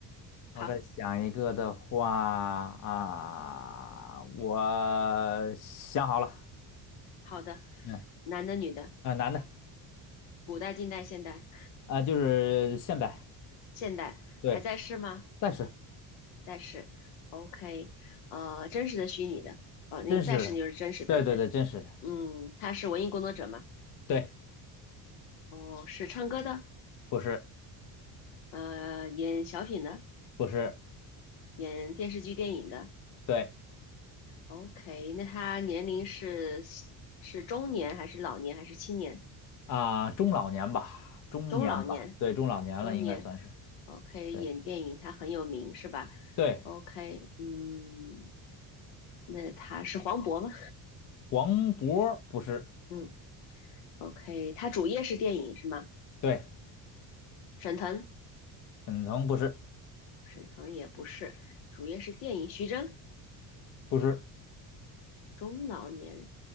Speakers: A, on the left; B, on the left.
A: 我再想一个的话啊、
B: 好
A: 我想好了，
B: 好的，
A: 嗯
B: 男的女的，
A: 啊、男的
B: 古代、近代、现代，
A: 啊、就是现代，
B: 现代还在世吗？
A: 对，但是
B: 在世。OK，呃，真实的、虚拟的，呃，那个在世就是真实的，
A: 真实的，对对对，
B: 对。
A: 真实的，
B: 嗯，他是文艺工作者嘛？
A: 对，
B: 哦，是唱歌的，
A: 不是
B: 呃，演小品的，
A: 不是，
B: 演电视剧、电影的。
A: 对
B: OK，那他年龄是是中年还是老年还是青年？
A: 啊、中老年吧，中年吧，
B: 中老年，
A: 对，中老年了应该算是，
B: 中年。OK，
A: 对
B: 演电影他很有名是吧
A: 对，
B: ？OK，嗯，那他是黄渤吗？
A: 黄渤不是，
B: 嗯，OK，他主业是电影是吗？
A: 对，
B: 沈腾，
A: 沈腾不是，
B: 沈腾也不是，主业是电影。徐峥，
A: 不是
B: 中老年